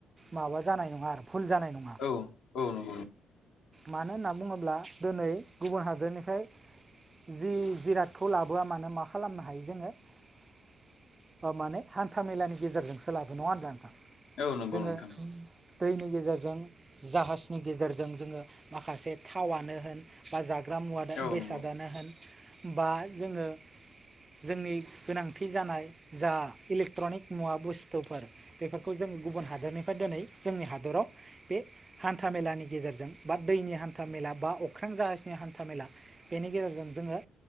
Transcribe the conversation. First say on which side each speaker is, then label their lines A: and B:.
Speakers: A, on the right; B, on the left.
A: माबा जानाय नङा आरो बुल जानाय नङा
B: औ औ नंगौ
A: मानो होनना बुङोब्ला दिनै गुबुन हादोरनिफ्राय जि जिरादखौ लाबोआ मानो मा खालामनो हायो जोङो ओ माने हान्था मेलानि गेजेरजोंसो लाबो नङा होनबा नोंथां
B: औ नंगौ
A: जोङो
B: नोंथां
A: दैनि गेजेरजों जाहाजनि गेजेरजों जोङो माखासे थावानो होन बा जाग्रा मुवा
B: औ
A: बेसादानो
B: नंगौ
A: होन बा जोङो जोंनि गोनांथि थि जानाय जा इलेक्ट्रनिक मुवा बुस्थुफोर बेफोरखौ जों गुबुन हादरनिफ्राय दिनै जोंनि हादोराव बे हान्था मेलानि गेजेरजों बा दैनि हान्था मेला बा अख्रां जाहाजनि हान्था मेला बेनि गेजेरजों जोङो